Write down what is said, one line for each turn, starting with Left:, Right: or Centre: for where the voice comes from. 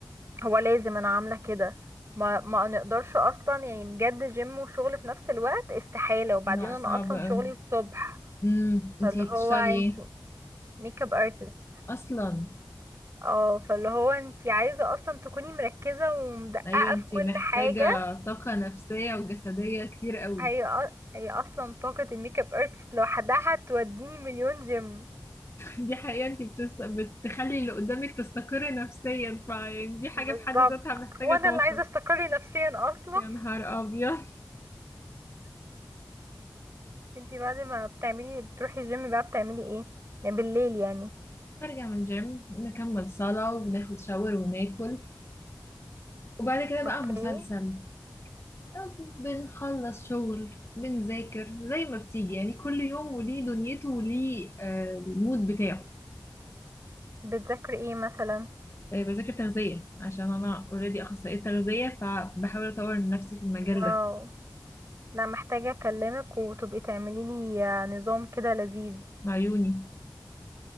Right: هو لازم انا عامله كده ما ما نقدرش اصلا يعني بجد جيم وشغل في نفس الوقت استحاله وبعدين
Left: لا
Right: انا
Left: صعب
Right: اصلا
Left: أوي
Right: شغلي الصبح
Left: امم
Right: فاللي
Left: انتي بتشتغلي
Right: هو انتي
Left: ايه
Right: ميك اب ارتست
Left: اصلا
Right: اه فاللي هو انتي عايزه اصلا تكوني مركزه ومدققه
Left: ايوه انتي
Right: في كل
Left: محتاجة
Right: حاجه
Left: طاقة نفسية وجسدية كتير قوي
Right: هي أ- هي اصلا طاقة الميك اب ارتست لوحدها توديني مليون جيم
Left: دي حقيقة انت بتس... بتخلي اللي قدامك تستقر نفسيا فيعني دي حاجة
Right: بالظبط
Left: في حد ذاتها محتاجة
Right: وانا
Left: طاقة
Right: اللي عايزة استقري نفسيا اصلا
Left: يا نهار أبيض <laughs>
Right: انتي بعد ما بتعملي بتروحي الجيم بقى بتعملي ايه يعني بالليل يعني
Left: برجع من الجيم نكمل صلاة وبناخد شاور وناكل وبعد كده
Right: اوكي
Left: بقى مسلسل أو بنخلص شغل بنذاكر زي ما بتيجي يعني كل يوم وليه دنيته وليه آه، المود بتاعه
Right: بتذاكري ايه مثلا
Left: آه، بذاكر تغذية عشان أنا اوريدي أخصائية تغذية فبحاول أطور من نفسي في المجال
Right: واو
Left: ده
Right: لا محتاجة اكلمك وتبقي تعملي لي نظام كده لذيذ
Left: مع عيوني